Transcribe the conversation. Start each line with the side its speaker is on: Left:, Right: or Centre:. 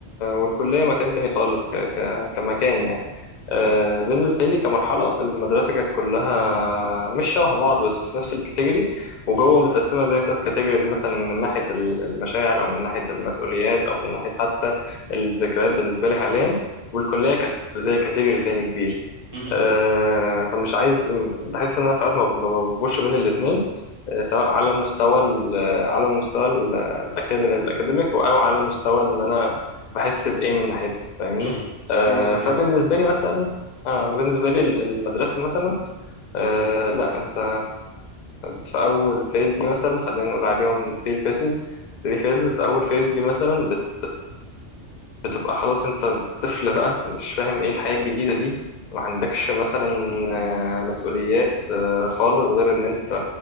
Left: والكليه مكان تاني خالص ك... ك... كمكان يعني آه، بالنسبة لي كمرحلة المدرسة كانت كلها مش شبه بعض بس في نفس الكاتيجوري وجوه
Right: مم.
Left: متقسمة زي سب كاتيجوريز مثلا من ناحية ال- المشاعر أو من ناحية المسؤوليات أو من ناحية حتى الذكريات بالنسبة لي حاليا والكلية كانت زي كاتيجوري تاني كبير
Right: مم.
Left: آه، فمش عايز بحس ان انا ساعات ما ما بربطش بين الاثنين سواء على مستوى ال- على المستوى ال- الأكاد- الاكاديميك او على المستوى ان انا بحس بايه من ناحيته فاهمني
Right: مم.
Left: آه،
Right: فاهم قصدك
Left: فبالنسبه
Right: ايه؟
Left: لي مثلا آه بالنسبه لي ال- المدرسه مثلا آه لا انت في اول فيز دي مثلا خلينا نقول عليهم 3 فيزز 3 فيزز في اول فيز دي مثلا بت بتبقى خلاص انت طفل بقى مش فاهم ايه الحياة الجديدة دي ما عندكش مثلا آه، مسؤوليات آه، خالص غير ان انت